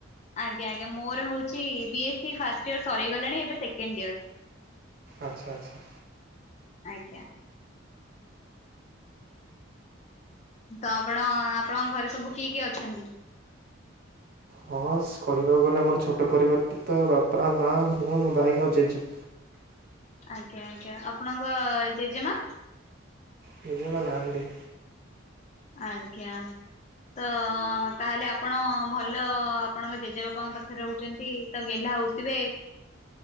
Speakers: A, on the left (about 35°); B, on the right (about 45°).
A: ଆଜ୍ଞା ଆଞା ମୋର ହଉଚି B S C first year ସରିଗଲାଣି ଏବେ ସେକଣ୍ଡ ଇୟର।
B: ଆଚ୍ଛା ଆଚ୍ଛା।
A: ଆଜ୍ଞା। ତ ଆପଣ ଆପଣଙ୍କ ଘରେ ସବୁ କିଏ କିଏ ଅଛନ୍ତି?
B: ହଁ କହିବାକୁ ଗଲେ ଆମର ଛୋଟ ପରିବାରଟି ତ ବାପା ମା ମୁଁ ଭାଇ ଆଉ ଜେଜେ।
A: ଆଜ୍ଞା ଆଜ୍ଞା ଆପଣଙ୍କ ଜେଜେମା?
B: ଜେଜେମା ନାହାନ୍ତି।
A: ଆଜ୍ଞା। ତ ତାହେଲେ ଆପଣ ଭଲ ଆପଣଙ୍କ ଜେଜେବାପାଙ୍କ ପାଖରେ ରହୁଚନ୍ତି ତ ଗେଲ୍ହା ଥା ହଉଥିବେ?